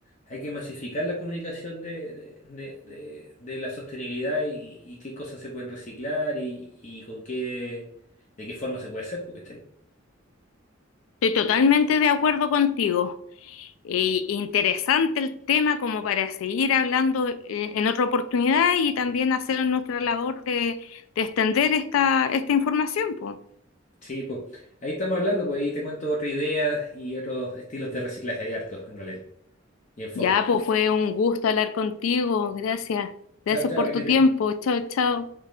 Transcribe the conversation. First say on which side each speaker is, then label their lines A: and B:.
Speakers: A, on the left; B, on the left.
A: hay que masificar la comunicación de, de, de- de- de la sostenibilidad y, y qué cosas se pueden reciclar y, y con qué, de qué forma se puede hacer, porque está
B: Estoy totalmente de acuerdo contigo. E- interesante el tema como para seguir hablando eh, en otra oportunidad y también hacer nuestra labor de, de extender esta, esta información, po.
A: Sí, pues ahí estamos hablando, pues ahí te cuento otras ideas y otros estilos de reciclaje, hay hartos, en realidad. y enfoque.
B: Ya, pues fue un gusto hablar contigo. Gracias.
A: Chao,
B: Gracias
A: chao,
B: por
A: que te
B: tu
A: vaya
B: tiempo.
A: bien.
B: Chao, chao.